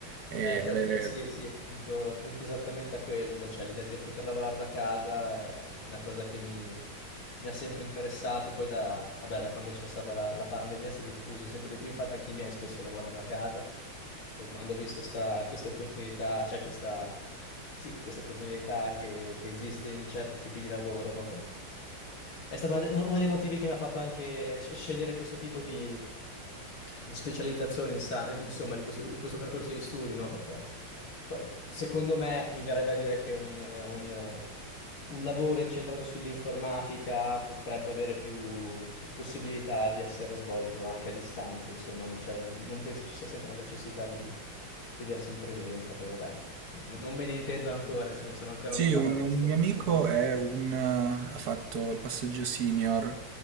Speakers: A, on the right; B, on the left.
A: e
B: Eh, caspita,
A: avere...
B: sì, sì, appunto, appunto esattamente a quello, cioè l'idea di poter lavorare da casa è una cosa che mi, mi ha sempre interessato, poi da, vabbè, da quando c'è stata la, la pandemia si è diffuso sempre di più, infatti anche i miei spesso lavorano a casa e quando ho visto sta- questa opportunità, cioè questa, sì, questa opportunità che, che esiste in certi tipi di lavoro, è stato una de- uno dei motivi che mi ha fatto anche sc- scegliere questo tipo di di specializzazione, in sa- insomma, di questo, questo percorso di studi, no? Perché guarda, secondo me mi verrebbe a dire che un, un- un lavoro incentrato sull'informatica potrebbe avere più possibilità di essere svolto anche a distanza, insomma, non c'è- non penso ci sia sempre la necessità di vedersi in presenza, poi vabbè, non non me ne intendo ancora, insomma, sono ancora
A: Sì,
B: lontano
A: un,
B: da questo
A: un mio amico
B: dal mondo lavorativo.
A: è un, eh, ha fatto il passaggio senior